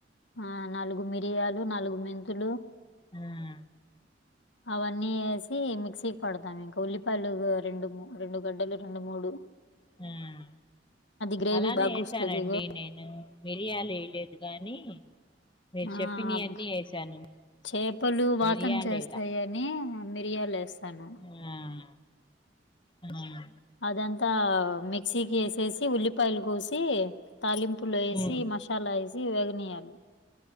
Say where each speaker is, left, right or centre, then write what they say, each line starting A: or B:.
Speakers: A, on the left; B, on the left.
A: ఆ నాలుగు మిరియాలు నాలుగు మెంతులు
B: ఉమ్
A: అవన్నీ యేసి మిక్సీ పడతాం ఇంకా ఉల్లిపాయలు రెండు మూ రెండు గడ్డలు రెండు మూడు
B: ఉమ్
A: గ్రేవీ
B: అలానే
A: బాగొస్తది.
B: యేసానండి
A: ఇగ
B: నేను మిరియాలు యేయలేదు గాని మీరు
A: ఆ
B: చెప్పినవి
A: అబ్బా
B: అన్నీ వేసాను
A: చేపలు వాతం
B: మిరియాలు
A: చేస్తాయే
B: వేయలా
A: ని మిరియాలు యేస్తాను
B: ఉమ్ ఉమ్
A: అదంతా మిక్సీకి యేసేసి ఉల్లిపాయలు కోసి తాలింపులో యేసి
B: ఉమ్
A: మసాలా యేసి వేగనీయాలి